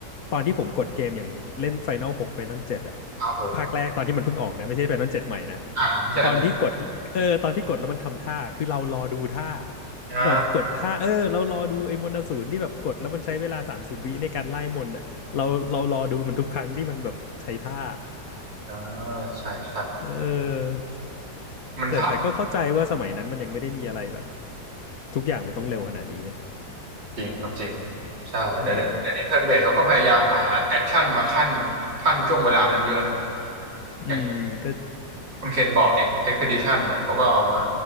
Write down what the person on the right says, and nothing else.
ครับผม
อ่าไม่ใช่อนิเม
อ่า
อ่าใช่ใช่
มันท้า
จริงครับจริงใช่แต่เดี๋ยวเดี๋ยวนี้เทิร์นเบสเขาก็พยายามหาแอคชั่นมาขั้น
ขั้นช่วงเวลานั้นเยอะนะ
อย่างคุณเคนบอกเอ็กซ์เพดิชันเนี่ยเขาก็เอามา